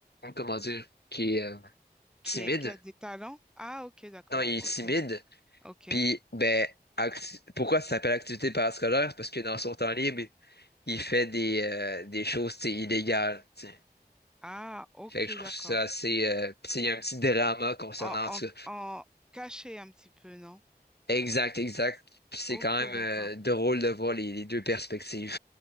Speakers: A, on the left (about 80°); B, in the centre.
A: euh, comment dire qui est euh, timide.
B: Qui, est- qui a des talents? Ah, ok, d'accord.
A: Non, il est
B: Ok,
A: timide.
B: ok.
A: Puis ben acti- pourquoi ça s'appelle activité parascolaire? C'est Parce que dans son temps libre, il fait des euh, des choses tu sais, illégales. tu sais.
B: Ah, ok,
A: Fait que je trouve
B: d'accord.
A: ça assez. euh, puis tu sais, il y a un petit drama concernant
B: En,
A: ça.
B: en, en caché un petit peu, non?
A: Exact, exact. Puis c'est
B: Ok,
A: quand même
B: d'accord.
A: euh, drôle de voir les les deux perspectives.